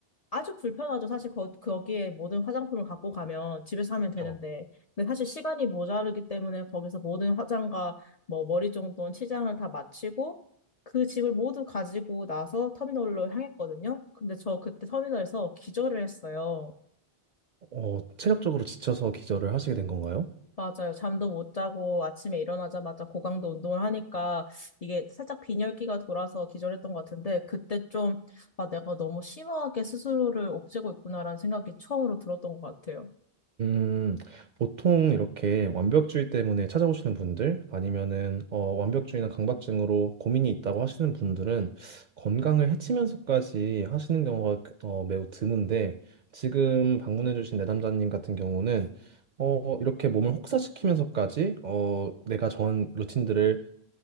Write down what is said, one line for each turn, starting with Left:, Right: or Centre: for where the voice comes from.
Left: 아주 불편하죠. 사실 거, 거기에 모든 화장품을 갖고 가면 집에서 하면 되는데.
Right: 저,
Left: 근데 사실 시간이 모자르기 때문에 거기서 모든 화장과 뭐 머리 정돈, 치장을 다 마치고 그 짐을 모두 가지고 나서 터미널로 향했거든요. 근데 저 그때 터미널에서 기절을 했어요.
Right: 어, 체력적으로 지쳐서 기절을 하시게 된 건가요?
Left: 맞아요. 잠도 못 자고 아침에 일어나자마자 고강도 운동을 하니까 이게 살짝 빈혈기가 돌아서 기절했던 것 같은데 그때 좀 아, 내가 너무 심하게 스스로를 옥죄고 있구나라는 생각이 처음으로 들었던 것 같아요.
Right: 음, 보통 이렇게 완벽주의 때문에 찾아오시는 분들 아니면은 어, 완벽주의나 강박증으로 고민이 있다고 하시는 분들은 건강을 해치면서까지 하시는 경우가 그- 어, 매우 드문데 지금 방문해주신 내담자님 같은 경우는 어, 이렇게 몸을 혹사시키면서까지 어, 내가 정한 루틴들을